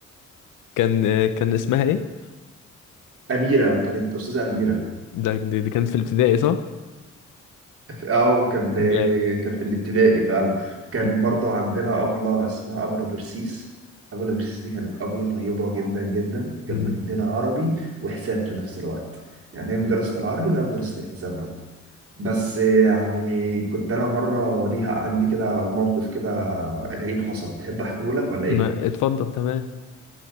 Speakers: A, on the left (about 80°); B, on the right (about 50°).
A: كان كان اسمها ايه؟
B: اميره كانت استاذه اميره
A: ده دي, دي كانت في الابتدائي صح؟
B: اه كان
A: جامد
B: كان في الابتدائي فعلا كان
A: مم.
B: برضو عندنا ابله اسمها ابله برسيس ابله برسيس دي كانت ابله طيبه جدا جدا كانت
A: مم.
B: بتدينا عربي وحساب في نفس الوقت يعني هي مدرسه العربي وهي مدرسه الحساب برضه بس يعني كنت انا مره ليها عندي كده موقف كده غريب حصل تحب احكيه لك ولا ايه
A: ما اتفضل تمام